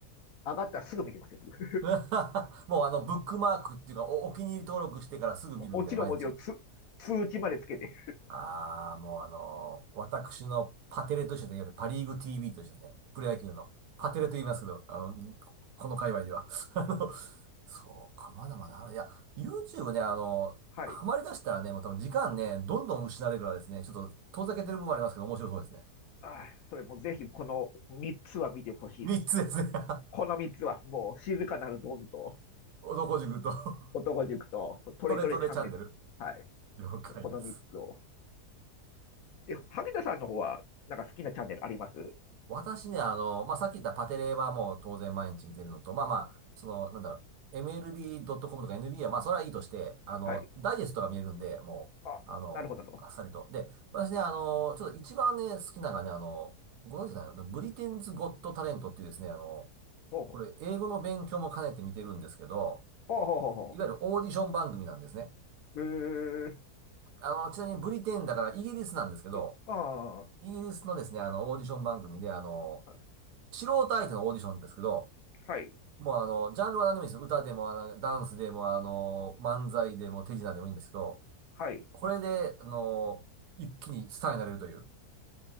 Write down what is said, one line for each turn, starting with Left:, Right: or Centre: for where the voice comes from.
Left: 上がったらすぐ見てますよ、僕。
Right: <laughs> もうあの、ブックマークっていうか、お、お気に入り登録してからすぐ見るみたいな、
Left: もちろん、
Right: 毎日。
Left: もちろんつ、通知までつけて。
Right: ああ、もうあのー私のパテレと一緒で、いわゆるパリーグ TV と一緒でね、プロ野球のパテレと言いますけど、あの、この界隈では。<laughs> あの、そうか、まだまだある。いや、YouTube ね、あの、
Left: はい。
Right: ハマり出したらね、もう多分時間ね、どんどん失われるからですね、ちょっと遠ざけてる部分もありますけど、面白そうですね。
Left: ああそれもぜひ、この3つは見てほしいです。
Right: 3つですね。<laughs>
Left: この3つは、もう、静かなるドンと、
Right: 男塾と <laughs>
Left: 男塾と、トレトレチャンネル。
Right: トレトレチャンネル。
Left: はい。
Right: 了解です。
Left: この3つを。で、羽田さんの方は、なんか好きなチャンネルあります
Right: 私ね、あの、まあ、さっき言ったパテレはもう当然毎日見てるのと、まあまあ、その、なんだろう、MLB.com とか NBA はまあ、それはいいとして、あの、
Left: はい。
Right: ダイジェストが見えるんで、もう、
Left: あ、
Right: あの、
Left: なるほど、なるほど。
Right: あっさりと。で、私ね、あの、ちょっと一番ね、好きなのがね、あの、ご存知じゃないのブリテンズ・ゴット・タレントっていうですね、あの、
Left: ほうほう。
Right: これ、英語の勉強も兼ねて見てるんですけど、
Left: ほうほうほうほうほ
Right: いわゆるオーディション番組なんですね。
Left: うへえ
Right: あの、ちなみにブリテンだからイギリスなんですけど、
Left: ーあ
Right: イギリスのですね、あの、オーディション番組で、あの、
Left: あ、はい、
Right: 素人相手のオーディションですけど、
Left: はい、
Right: もうあの、ジャンルは何でもいいんですよ。歌でも、あの、ダンスでも、あの、漫才でも、手品でもいいんですけど、
Left: はい。
Right: これで、あの、一気にスターになれるという。